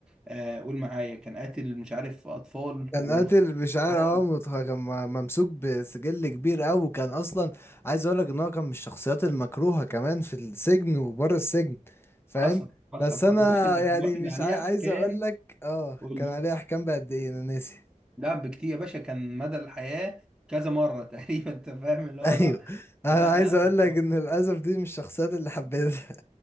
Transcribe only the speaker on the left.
كان
قاتل بشعار
اه متخ- كان م- ممسوك بسجل كبير قوي وكان اصلا عايز اقول لك ان هو كان من الشخصيات المكروهه كمان في السجن وبره السجن فاهم
بس
انا
يعني
مش
عاي... عايز
اقول لك اه
كان
عليه احكام بقد ايه انا ناسي <laughs>
ايوه انا
عايز
اقول لك ان للاسف دي مش الشخصيات اللي حبيتها